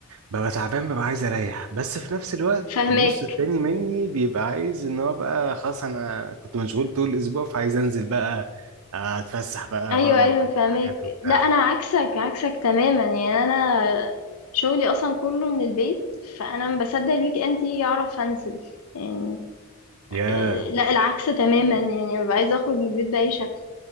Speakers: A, on the right; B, on the left.
A: ببقى تعبان ببقى عايز اريح بس في نفس الوقت
B: فهمك
A: النص التاني مني بيبقى عايز ان هو بقى خلاص انا كنت مشغول طول الاسبوع فعايز انزل بقى اتفسح بقى
B: ايوه
A: واعمل
B: ايوه فهمك
A: حاجات وبتاع
B: لا انا عكسك عكسك تماما يعني انا شغلي اصلا كله من البيت فانا ما بصدق الويك اند يجي اعرف انزل يعني
A: ياه
B: إيه، لا العكس تماما يعني ببقى عايزه اخرج من البيت باي شكل